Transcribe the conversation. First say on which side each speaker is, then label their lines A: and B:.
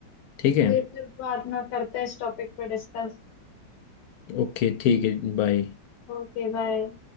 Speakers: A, on the left; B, on the left.
A: ठीक है
B: जी फिर बाद में करते हैं इस टॉपिक पर डिस्कस
A: ओके ठीक है बाय
B: Okay bye